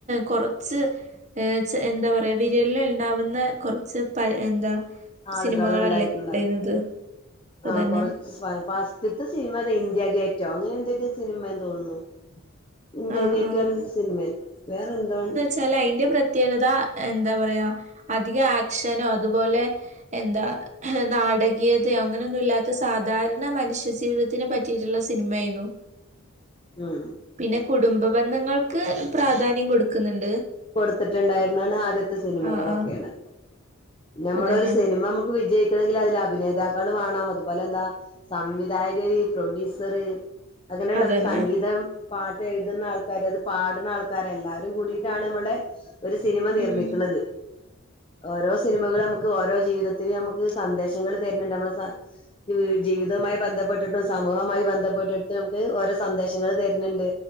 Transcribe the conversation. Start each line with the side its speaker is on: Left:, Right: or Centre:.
Right: കൊറച്ച് ഏഹ് എന്താ പറയാ വിരലിലെണ്ണാവുന്ന കൊറച്ച് പഴയ എന്താ
Left: ആളുകള്
Right: സിനിമകളല്ലേ
Left: ഇണ്ടായിട്ടുണ്ടാവും
Right: ഉണ്ടായിരുന്നത് അതന്നെ
Left: ആഹ് കൊറ ച്ച് ഫസ്റ്റത്തെ സിനിമ ഏതാ ഇന്ത്യ ഗേറ്റോ അങ്ങനെ എന്തൊക്കെ സിനിമയാ തോന്ന്ണു ഇന്ത്യ
Right: ആഹ്
Left: ഗേറ്റ്ന്ന്
Right: ആഹ്
Left: പറഞ്ഞ സിനിമയോ വേറെ എന്തോ
Right: ച്ചാലയിന്റെ പ്ര ത്യേകത എന്താ പറയാ അധിക ആക്ഷനോ അതുപോലെ എന്താ നാടകീയതയോ അങ്ങനെയൊന്നും ഇല്ലാത്ത സാധാരണ മനുഷ്യ ജീവിതത്തിനെ പറ്റിയിട്ടുള്ള സിനിമേയിനു
Left: ഉം
Right: പിന്നെ കുടുംബ ബന്ധങ്ങൾക്ക് പ്രാധാന്യം കൊടുക്ക്ന്ന്ണ്ട്
Left: കൊടുത്തിട്ടുണ്ടായിരുന്നാണ് ആദ്യത്തെ സിനിമകളൊക്കെയാണ്
Right: ആഹ് ആഹ്
Left: ഞമ്മടെ
Right: അതന്നെ
Left: ഒരു സിനിമ മു ത് വിജയിക്കണെങ്കില് അതില് അഭിനേതാക്കള് വേണം അതുപോലെ എന്താ സംവിധായകര്, പ്രൊഡ്യൂസറ് അങ്ങനെള്ള
Right: അതന്നെ
Left: സംഗീതം പാട്ട് എഴുതുന്ന ആൾക്കാര് അത് പാടുന്ന ആൾക്കാര് എല്ലാരും കൂടി ട്ടാണ് അമ്മടെ ഒരു സിനിമ നിർമ്മിക്ക്ണത്.
Right: ഉം
Left: ഓരോ സിനിമകള് അമ്മക്ക് ഓരോ ജീവിതത്തില് ഞമുക്ക് സന്ദേശങ്ങള് തര്ന്ണ്ട്. അമ്മടെ സ ജീവിതവുമായി ബന്ധപ്പെട്ടിട്ടും സമൂഹവുമായി ബന്ധപ്പെട്ടിട്ട് നമുക്ക് ഓരോ സന്ദേശങ്ങള് തര്ന്ണ്ട്.